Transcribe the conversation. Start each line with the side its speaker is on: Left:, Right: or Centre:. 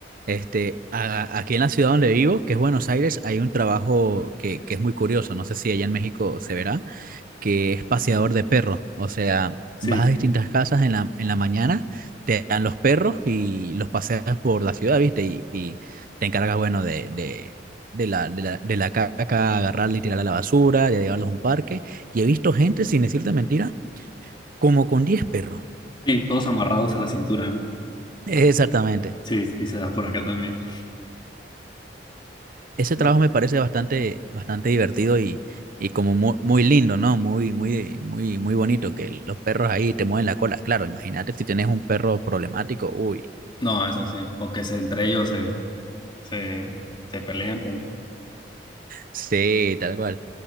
Right: Este, a- aquí en la ciudad donde vivo, que es Buenos Aires, hay un trabajo que, que es muy curioso. No sé si allá en México se verá, que es paseador de perros. O sea,
Left: Sí,
Right: vas a distintas casas en la, en la mañana, te dan los perros y los paseas por la ciudad, ¿viste? Y, y te encargas, bueno, de, de, de la, de la, de la caca, agarrarla y tirarla a la basura, de llevarlos a un parque. Y he visto gente, sin decirte mentira, como con 10 perros.
Left: sí, todos amarrados a la cintura, ¿no?
Right: Exactamente.
Left: Sí, sí, se da por acá también.
Right: Ese
Left: No,
Right: trabajo me parece bastante, bastante divertido y, y como muy, muy lindo, ¿no? Muy, muy, muy, muy bonito que los perros ahí te mueven la cola. Claro, imagínate si tienes un perro problemático, uy.
Left: no, eso sí, o que se, entre ellos se, se, se pelean. pues,
Right: Sí, tal cual.